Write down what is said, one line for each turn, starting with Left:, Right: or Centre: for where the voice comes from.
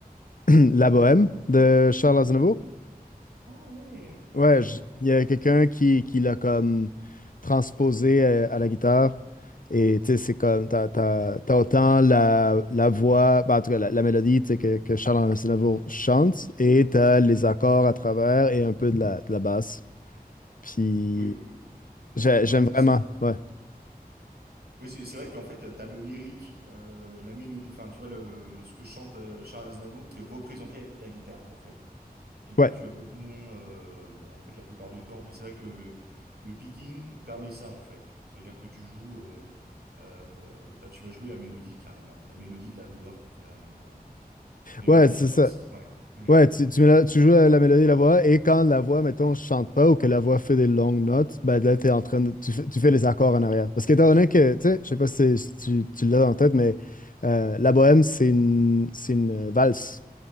Left: <clears throat> La Bohème de Charles Aznavour.
Right: Ah ouais,
Left: Ouais,
Right: ok.
Left: je- il y a quelqu'un
Right: Mhm.
Left: qui, qui l'a comme transposé euh, à la guitare. Et tu sais, c'est comme, t'as, t'as- t'as autant la, la voix, ben, en tout cas la, la mélodie tu sais, que, que Charles Aznavour chante, et t'as les accords à travers et un peu de la, de la basse. Puis
Right: Oui, oui.
Left: j'ai-
Right: Ouais,
Left: j'aime
Right: c'est
Left: vraiment,
Right: ça.
Left: ouais.
Right: Oui, c'est c'est vrai qu'en fait, t'as le lyrique, euh, la mélodie, enfin, tu vois, le, ce que chante euh, Charles Aznavour qui est représenté à la guitare, en fait. Et que
Left: Ouais,
Right: tu as beaucoup moins, euh, bah, en fait, la plupart du temps. Mais c'est vrai que le, le, le picking permet ça, en fait. Ça veut dire que tu joues, euh, euh, bah, tu vas jouer la mélodie carrément, la mélodie de la voix, euh, mélangée
Left: ouais, c'est
Right: à la basse.
Left: ça.
Right: Ouais. Mhm.
Left: Ouais, tu, tu, mets la- tu joues la, la mélodie et la voix, et quand la voix, mettons, chante pas ou que la voix fait des longues notes, ben là, t'es en train de, tu, fais tu fais les accords en arrière. Parce qu'étant donné que, tu sais, je sais pas si, c'est- si tu, tu l'as en tête, mais euh, la bohème, c'est une, c'est une euh, valse.